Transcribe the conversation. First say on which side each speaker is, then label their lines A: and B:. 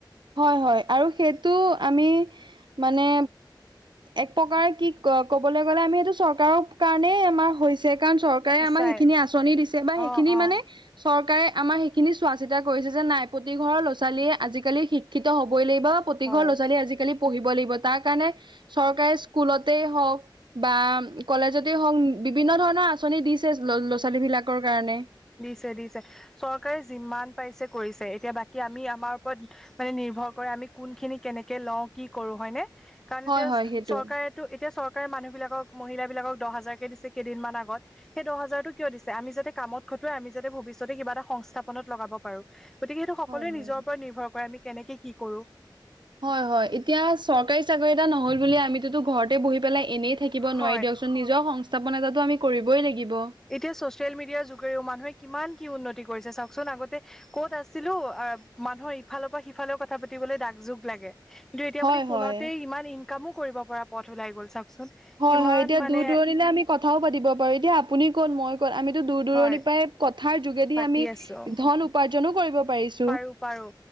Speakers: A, on the right; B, in the centre.
A: হয় হয় আৰু সেইটো আমি মানে এক প্ৰকাৰে কি ক'বলৈ গ'লে আমি সেইটো চৰকাৰৰ কাৰণেই আমাৰ হৈছে কাৰণ চৰ <unintelligible>
B: সঁচাই
A: আমাক সেইখিনি আঁচনি দিছে বা সেইখিনি
B: অ অ
A: মানে চৰকাৰে আমাৰ সেইখিনি চোৱা চিতা কৰিছে যে নাই প্ৰতি ঘৰৰ ল'ৰা ছোৱালীয়ে আজিকালি শি শিক্ষিত হ'বই লাগিব বা প্ৰতি
B: হয়
A: ঘৰ লৰ ছোৱালীয়ে আজিকালি পঢ়িব লাগিব তাৰ কাৰণে চৰকাৰে স্কুলতেই হওক বা কলেজতে হওঁক বিভিন্ন ধৰণৰ আঁচনি দিছে ল'ৰা ছোৱালী বিলাকৰ কাৰণে।
B: দিছে দিছে, চৰকাৰে যিমান পাৰিছে কৰিছে এতিয়া বাকী আমি আমাৰ ওপৰত মানে নিৰ্ভৰ কৰে আমি কোনখিনি কেনেকে লওঁ কি কৰো হয়নে, কাৰণ
A: হয়
B: এতিয়া
A: হয় সেইটো
B: চৰকাৰে তো এতিয়া চৰকাৰে মানুহবিলাকক মহিলাবিলাকক দহ হাজাৰকৈ দিছে কেইদিনমান আগত। সেই দহ হাজাৰতটো কিয় দিছে, আমি যাতে কামত খটুৱাই আমি যাতে ভৱিষ্যতে কিবা এটা সংস্থাপত লগাব পাৰো। গতিকে সেইটো সকলোৱে
A: হয় হয়
B: নিজৰ ওপৰত নিৰ্ভৰ কৰে আমি কেনেকে কি কৰো।
A: হয় হয়। এতিয়া চৰকাৰী চাকৰি এটা নহল বুলি আমিতোতো ঘৰতে বহি পেলাই এনেই থাকিব
B: হয়
A: নোৱাৰি দিয়কচোন। <unintelligible> সংস্থাপন এটাটো আমি কৰিবই লাগিব।
B: এতিয়া ছচিয়েল মিডিয়াৰ যোগেৰেও মানুহে কিমান কি উন্নতি কৰিছে চাওকচোন আগতে ক'ত আছিলো মানুহৰ ইফালৰ পৰা সিফালে কথা পাতিবলৈ দাগ যুগ লাগে। কিন্তু এতিয়া
A: হয়
B: আপুনি ফোনতে
A: হয়।
B: ইমান ইনকামো কৰিব পৰা পথ ওলাই গ'ল চাওক। <unintelligible>
A: হয়
B: কিমান
A: হয় এতিয়া
B: মানে।
A: দূৰ দূৰণিলে আমি কথাও পাতিব পাৰে এতিয়া আপুনি ক'ত, মই আমিতো দূৰ দূৰণিৰ
B: হয়
A: পৰা কথাৰ যোগেদি
B: পাতি
A: আমি
B: আছো
A: ধন উপাৰ্জনো কৰিব পাৰিছ
B: পাৰো পাৰো